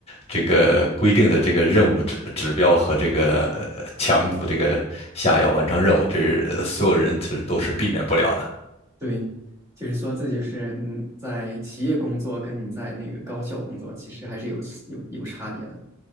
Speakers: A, on the left (about 30°); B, on the right (about 15°).
A: 这个规定的这个任务指指标和这个呃强度这个下要完成任务，这是呃所有人这都是避免不了的。
B: 对，就是说这就是嗯，在企业工作跟你在那个高校工作其实还是有有有差别的。